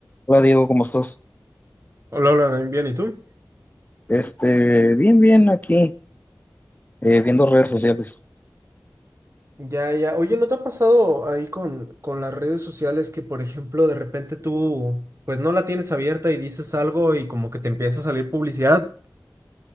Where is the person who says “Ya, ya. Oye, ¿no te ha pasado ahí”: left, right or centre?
Right